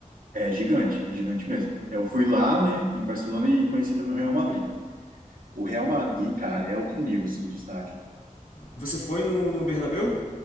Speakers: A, on the right; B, on the left.
A: É gigante, é gigante mesmo. Eu fui lá, né, em Barcelona e conheci também o Real Madrid. O Real Madrid, cara, é outro nível, assim, de estádio.
B: Você foi no, no Bernabéu?